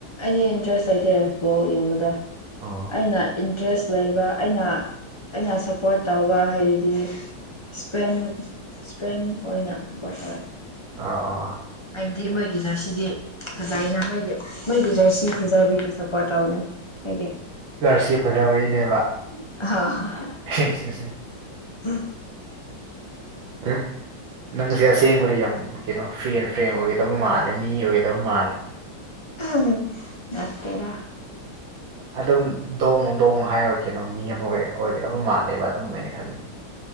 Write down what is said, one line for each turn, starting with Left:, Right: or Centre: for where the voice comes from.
Left: ꯑꯩꯗꯤ ꯏꯟꯇꯔꯦꯁ ꯂꯩꯇꯦ ꯕꯣꯜ ꯌꯦꯡꯕꯗ
Right: ꯑ
Left: ꯑꯩꯅ ꯏꯟꯇꯔꯦꯁ ꯂꯩꯕ ꯑꯩꯅ ꯑꯩꯅ ꯁꯞꯄꯣꯔꯠ ꯇꯧꯕ ꯍꯥꯏꯔꯗꯤ ꯏꯁꯄꯦꯟ ꯏꯁꯄꯦꯟ ꯑꯣꯏꯅ <unintelligible> ꯇꯧꯋꯦ
Right: ꯑ ꯑ
Left: ꯑꯩꯗꯤ ꯃꯣꯏꯒꯤꯅ ꯁꯤꯗꯤ ꯐꯖꯥꯏꯅ ꯃꯣꯏꯒꯤ ꯃꯣꯏꯒꯤꯁꯨ ꯁꯤ ꯐꯨꯖꯕꯤꯗꯤ ꯁꯞꯄꯣꯔꯠ ꯇꯧꯅꯤ ꯍꯥꯏꯗꯤ
Right: ꯖꯔꯁꯤ ꯐꯖꯕꯒꯤꯅꯦꯕ
Left: <unintelligible>
Right: <unintelligible>
Left: <unintelligible>
Right: <unintelligible> ꯅꯪꯁꯦ ꯑꯁꯦꯡꯕꯗ ꯌꯥꯝ ꯀꯩꯅꯣ ꯐ꯭ꯔꯤ ꯑꯦꯟ ꯐ꯭ꯔꯦꯡ ꯑꯣꯏꯒꯗꯕ ꯃꯥꯜꯂꯦ ꯃꯤ ꯑꯣꯏꯒꯗꯕ ꯃꯥꯜꯂꯦ
Left: ꯎ ꯅꯠꯇꯦꯗ
Right: ꯑꯗꯨꯝ ꯗꯣꯡ ꯗꯣꯡ ꯍꯥꯏꯔ ꯀꯩꯅꯣ ꯃꯤ ꯑꯃ ꯑꯣꯏ ꯑꯣꯏꯒꯗꯕ ꯃꯥꯜꯂꯦꯕ ꯑꯗꯨꯝ ꯑꯩꯅ ꯈꯟꯕ